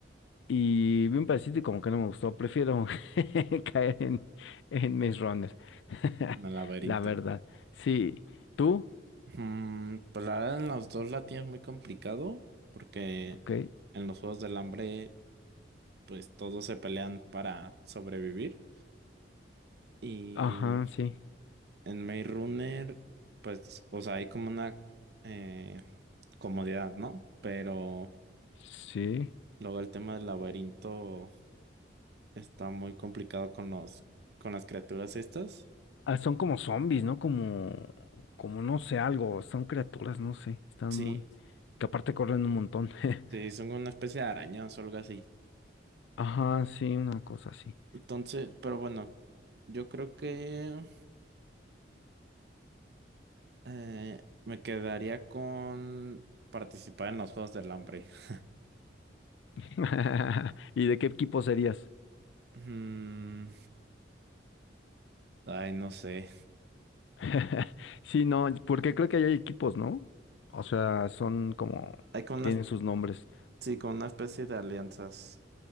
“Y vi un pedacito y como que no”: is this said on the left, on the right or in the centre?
Left